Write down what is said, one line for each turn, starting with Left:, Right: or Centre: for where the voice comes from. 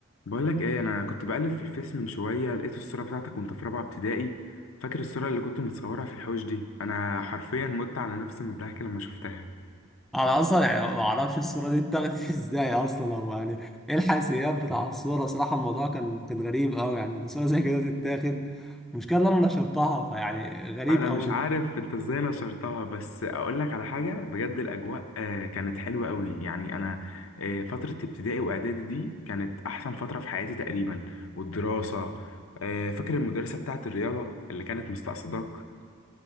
Left: بقول لك ايه انا كنت بقلب في الفيس من شويه لقيت الصوره بتاعتك وانت في رابعه ابتدائي فاكر الصوره اللي كنت متصورها في الحوش دي انا حرفيا مت على نفسي من الضحك لما شفتها
Centre: انا اصلا يعني ما اعرفش الصوره دي اتاخدت <laughs> ازاي اصلا او يعني ايه الحساسيات بتاع الصوره صراحه الموضوع كان كان غريب قوي يعني صوره زي كده تتاخد المشكله ان انا نشرتها فيعني غريب
Left: انا
Centre: قوي
Left: مش عارف انت ازاي نشرتها بس اقول لك على حاجه بجد الاجواء آه، كانت حلوه قوي يعني انا آه، فتره ابتدائي واعدادي دي كانت احسن فتره في حياتي تقريبا والدراسه آه، فاكر المدرسه بتاعت الرياضه اللي كانت مستقصداك